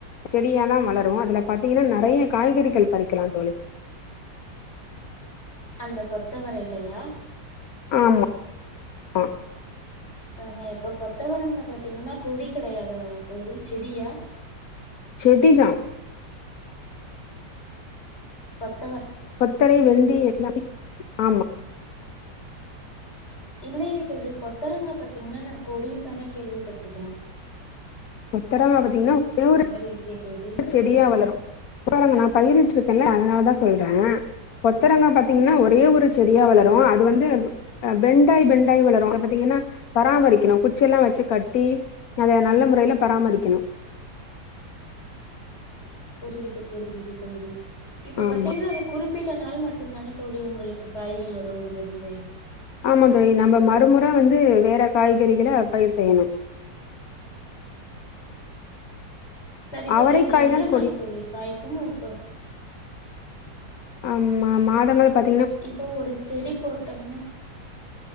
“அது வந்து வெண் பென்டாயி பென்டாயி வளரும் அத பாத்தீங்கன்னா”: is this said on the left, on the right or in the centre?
Left